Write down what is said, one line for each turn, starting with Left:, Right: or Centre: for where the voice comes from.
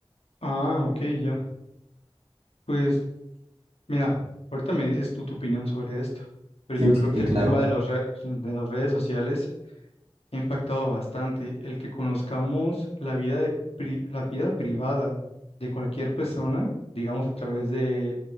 Left: Ah, ok, ya. Pues Mira, ahorita me dices tú tu opinión sobre esto, pero
Right: Sí,
Left: yo
Right: sí,
Left: creo
Right: sí,
Left: que el
Right: claro.
Left: tema de las re- de las redes sociales ha impactado bastante. El que conozcamos la vida de pri- la vida privada de cualquier persona, digamos a través de